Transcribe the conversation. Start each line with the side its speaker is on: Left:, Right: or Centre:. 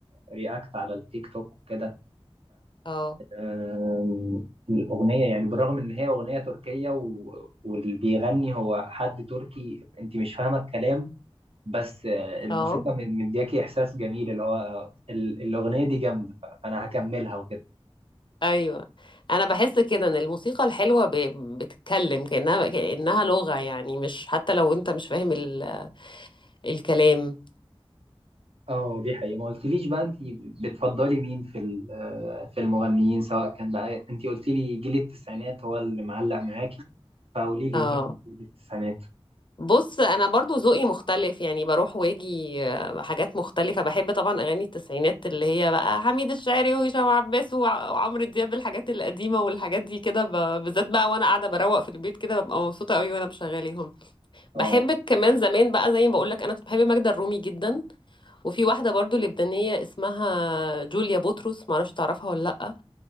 Right: رياكت على التيك توك وكده
Left: اه
Right: آم، الأغنية يعني بالرغم إن هي أغنية تركية و... واللي بيغني هو حد تركي أنت مش فاهمة الكلام بس آه، الموسيقى
Left: اه
Right: من- مدياكي إحساس جميل اللي هو ال... الأغنية دي جامدة ف- فأنا هكملها وكده
Left: ايوه انا بحس كده ان الموسيقى الحلوه ب... بتتكلم كانها كانها لغه يعني مش حتى لو انت مش فاهم ال... الكلام
Right: اه دي حقيقة ما قلتليش بقى أنت بتفضلي مين في ال- آه، في المغنيين سواء كان بقى أنت قلتي لي جيل التسعينات هو اللي معلق معاكي فقولي لي
Left: اه
Right: مين من جيل التسعينات
Left: بص انا برضو ذوقي مختلف يعني بروح واجي آه، حاجات مختلفه بحب طبعا اغاني التسعينات اللي هي بقى حميد الشاعري وهشام عباس وع- وعمرو دياب الحاجات القديمه والحاجات دي كده ب... بالذات بقى وانا قاعده بروق في البيت كده ببقى مبسوطه قوي وانا مشغلاهم بحب
Right: اه
Left: كمان زمان بقى زي ما بقول لك انا كنت بحب ماجدة الرومي جدا وفي واحدة برضو لبنانية اسمها جوليا بطرس معرفش تعرفها ولا لأ